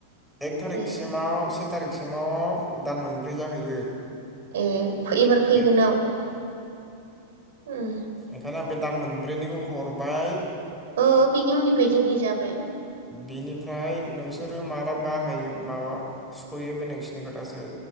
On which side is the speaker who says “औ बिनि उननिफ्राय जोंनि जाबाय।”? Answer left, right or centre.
Right